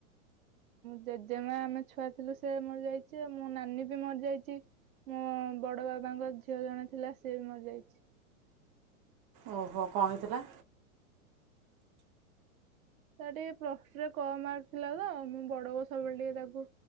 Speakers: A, on the right (about 70°); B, on the right (about 20°).
A: ଜେଜେମା ଆମେ ଛୁଆ ଥିଲୁ ସେ ମରିଯାଇଛି। ଆଉ ମୋ ନାନୀ ବି ମରିଯାଇଛି ମୋ ବଡ ବାବାଙ୍କ ଝିଅ ଜଣେ ଥିଲା ସେ ବି ମରିଯାଇଛି।
B: ଓହୋ କଣ ହେଇଥିଲା।
A: ତା ଟିକେ ପରେ କ ମାର୍କ ଥିଲା ତ ମୁଁ ବଡ ହ ସବୁବେଳେ ଟିକେ ତାକୁ